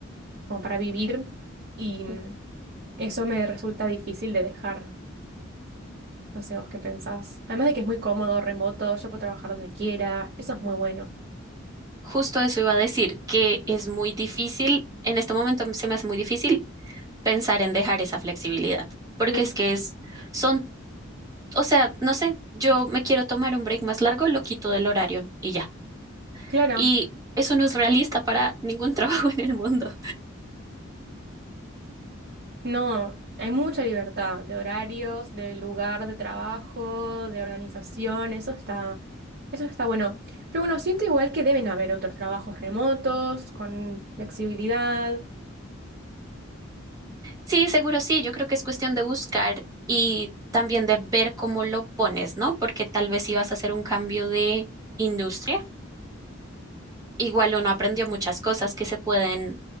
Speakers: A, on the right; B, on the right.
A: como para vivir y mm,
B: Mm.
A: eso me resulta difícil de dejar. No sé vos qué pensás. Además de que es muy cómodo, remoto, yo puedo trabajar donde quiera, eso es muy bueno.
B: Justo eso iba a decir, que es muy difícil, en este momento se me hace muy difícil pensar en dejar esa flexibilidad, porque
A: Mm,
B: es que es, son, o sea, no sé, yo me quiero tomar un break más largo, lo quito del horario y ya.
A: claro.
B: Y eso no es realista para ningún <laughs> trabajo en el mundo.
A: No, hay mucha libertad de horarios, de lugar de trabajo, de organización, eso está, eso está bueno. Pero bueno, siento igual que deben haber otros trabajos remotos, con flexibilidad.
B: Sí, seguro sí, yo creo que es cuestión de buscar y también de ver cómo lo pones, ¿no? Porque tal vez si vas a hacer un cambio de industria Igual uno aprendió muchas cosas que se pueden,